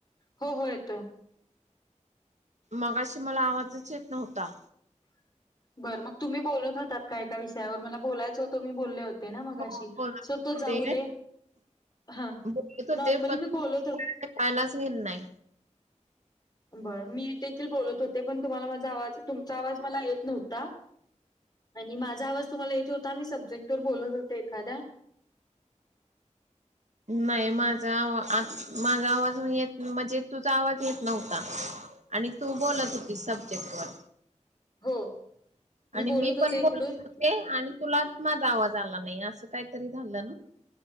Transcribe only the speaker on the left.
हो हो येतोय
बर मग तुम्ही बोलत होतात काय का विषयावर मला बोलायचं होत तो मी बोलले होते ना मग
अशी
सो
तो जाऊ दे हा
नॉर्मली
मी बोलत होते
बरं मी देखील बोलत होते पण तुम्हाला माझा आवाज तुमचा आवाज मला येत नव्हता आणि माझा आवाज तुम्हाला येत होता मी सब्जेक्ट वर बोलत होते एखाद्या
हो
बोलत
होते
इकडून